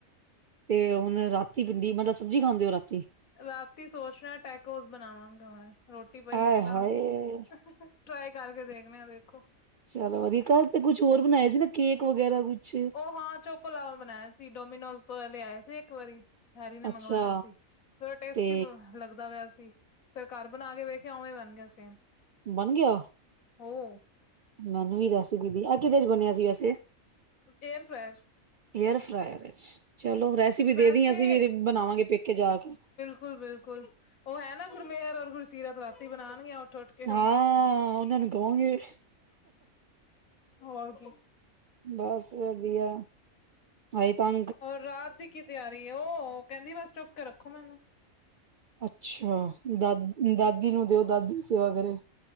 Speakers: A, on the right; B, on the left.
A: ਤੇ ਹੁਣ ਰਾਤੀ ਭਿੰਡੀ ਮਤਲਬ ਸਬਜ਼ੀ ਖਾਂਦੇ ਹੋ ਰਾਤੀ।
B: ਰਾਤੀ ਸੋਚ ਰਿਹਾ ਟੈਕੋਸ ਬਣਾਵਾਂਗੇ, ਹਣ ਰੋਟੀ ਪਈ
A: ਆਏ
B: ਹੋਵੇ
A: ਹਾਏ
B: ਨਾ ਉਹਦੀ। ਟਰਾਈ ਕਰਕੇ ਦੇਖਣੇ ਆ ਦੇਖੋ।
A: ਚਲੋ ਵਧੀਆ, ਕੱਲ੍ਹ ਤੇ ਕੁਛ ਹੋਰ ਬਣਾਇਆ ਸੀ, ਨਾ ਕੇਕ ਵਗੈਰਾ ਕੁਛ।
B: ਉਹ ਹਾਂ ਚੋਕੋ ਲਾਵਾ ਬਣਾਇਆ ਸੀ, ਡੋਮੀਨੋਜ ਤੋਂ ਲਿਆਏ ਸੀ, ਇੱਕ ਵਾਰੀ। ਹੈਰੀ ਨੇ
A: ਅੱਛਾ
B: ਮੰਗਵਾਇਆ ਸੀ, ਥੋੜਾ ਟੇਸਟੀ
A: ਤੇ
B: ਲੱਗਦਾ ਪਾਇਆ ਸੀ। ਫੇਰ ਘਰ ਬਣਾ ਕੇ ਵੇਖਿਆ ਉਵੇਂ ਬਣ ਗਿਆ ਸੇਮ।
A: ਬਣ ਗਿਆ।
B: ਹੋਰ।
A: ਮੈਨੂੰ ਵੀ ਰੈਸਪੀ ਦੀ ਆਹ ਕਿਦੇ ਚ ਬਣਿਆ ਸੀ ਵੈਸੇ।
B: ਏਅਰ ਫਰਾਇਰ
A: ਏਅਰ ਫਰਾਰ ਚਲੋ, ਰੈਸਿਪੀ ਦੇ
B: ਵੈਸੇ
A: ਅਸੀਂ ਵੀ ਬਣਾਵਾਂਗੇ, ਪੇਕੇ ਜਾ ਕੇ।
B: ਬਿਲਕੁਲ-ਬਿਲਕੁਲ, ਉਹ ਹੈ ਨਾ ਗੁਰਮੇਰ ਔਰ ਗੁਰਸੀਰਤ ਰਾਤੀ ਬਣਾਉਣਗੀਆਂ। ਟੋਟ ਕੇ
A: ਹਾਂ
B: ਹੋ।
A: ਉਹਨਾਂ ਨੂੰ ਕਵਾਂਗੇ
B: ਹੋਰ ਕੀ,
A: ਬਸ ਵਧੀਆ। ਆਏ ਤਕ
B: ਔਰ ਰਾਤ ਦੀ ਕੀ ਤਿਆਰੀ ਉਹ ਕਹਿੰਦੀ ਬਸ ਚੁੱਕ ਕੇ ਰੱਖੋ, ਮੈਨੂੰ।
A: ਅੱਛਾ ਦਾ ਦਾਦੀ ਨੂੰ ਦਿਓ ਦਾਦੀ ਦੀ ਸੇਵਾ ਕਰੇ।